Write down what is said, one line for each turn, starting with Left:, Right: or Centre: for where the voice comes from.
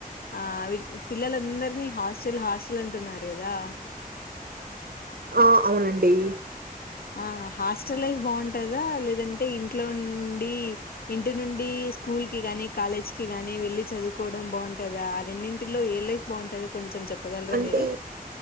Left: ఆ అవి పిల్లల అందరిని హాస్టల్ హాస్టల్ అంటున్నారు కదా.
Right: ఆ అవునండి
Left: ఆ హాస్టల్ లైఫ్ బావుంటదా లేదంటే ఇంట్లో నుండి ఇంటి నుండి స్కూ స్కూల్ కి కానీ, కాలేజి కి గానీ వెళ్ళి చదువుకోవడం బావుంటద ఆ రెండింటిలో ఏ లైఫ్ బావుంటదొ కొంచెం చెప్ చెప్పగలరా
Right: అంటే
Left: మీరు